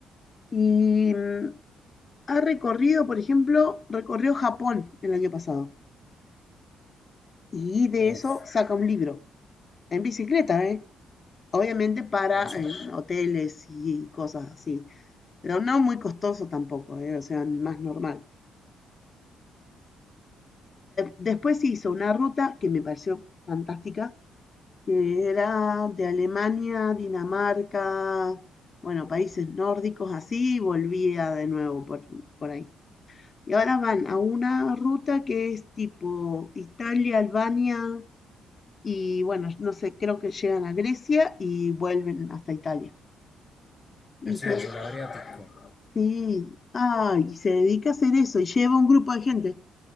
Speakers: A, on the left; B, on the left.
A: y mm, ha recorrido, por ejemplo, recorrió Japón el año pasado. Y de
B: uf,
A: eso saca un libro, en bicicleta, ¿eh? Obviamente para
B: hermoso,
A: eh, hoteles y cosas así, pero no muy costoso tampoco, ¿eh? O sea, más normal. Después hizo una ruta que me pareció fantástica, que era de Alemania, Dinamarca, bueno, países nórdicos así, y volvía de nuevo por, por ahí. Y ahora van a una ruta que es tipo Italia, Albania y bueno, no sé, creo que llegan a Grecia y vuelven hasta Italia. Y
B: precioso,
A: se,
B: el
A: <coughs>
B: Adriático.
A: sí, ah, y se dedica a hacer eso y lleva un grupo de gente.